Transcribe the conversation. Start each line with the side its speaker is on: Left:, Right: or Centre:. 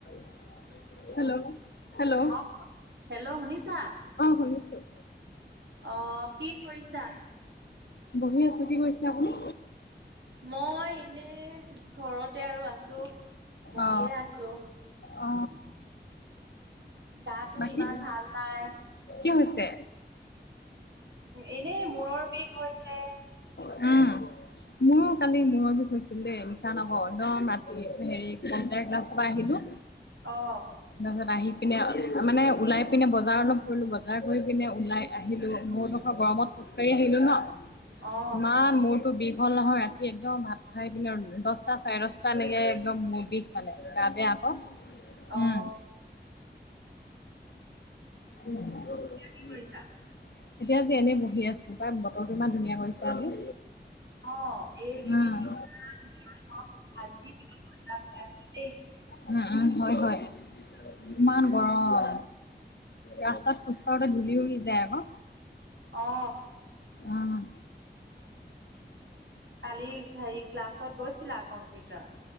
Left: <unintelligible> Hello. Hello.
Right: অ hello শুনিছা
Left: অহ, শুনিছোঁ।
Right: অ কি কৰিছা?
Left: বহি আছোঁ। কি কৰিছে আপুনি?
Right: মই এনেই ঘৰতে আৰু আছোঁ। বহিয়েই
Left: অ
Right: আছোঁ উম।
Left: অ
Right: গাটো
Left: বাকী
Right: ইমান ভাল নাই।
Left: কি হৈছে?
Right: এনেই মূৰৰ বিষ হৈছে।
Left: উম, মোৰো কালি মূৰৰ বিষ হৈছিল দেই, মিছা নহয়। একদম ৰাতি হেৰি ক্লাছৰ পৰা আহিলোঁ।
Right: অ
Left: তাৰিছত আহি পিনে মানে ওলাই পিনে বজাৰ অলপ কৰিলোঁ। বজাৰ কৰি পিনে ওলাই আহিলোঁ, মোৰডোখৰ গৰমত খোজকাঢ়ি আহিলোঁ ন'। ইমান
Right: অ
Left: মূৰতো বিষ। হ'ল নহয় ৰাতি একদম ভাত খাই পিনে দহটা চাৰে দহটালৈকে একদম মোৰ বিষ। মানে গাতে আকৌ
Right: অ
Left: উম। <unintelligible>
Right: কি কৰিছা?
Left: এতিয়া আজি এনেই বহি আছোঁ। পাই বতৰটো ইমান ধুনীয়া কৰিছে আজি।
Right: অহ, এই কেইদিন
Left: উম।
Right: ইমান <unintelligible> আজি <unintelligible> দেই।
Left: উম হয়, হয়, ইমান গৰম। ৰাস্তাত খোজকাঢ়োতে ধূলি উৰি যায় আকৌ।
Right: অ
Left: অহ।
Right: কালি হেৰি ক্লাছত গৈছিলা কম্পিউটাৰ।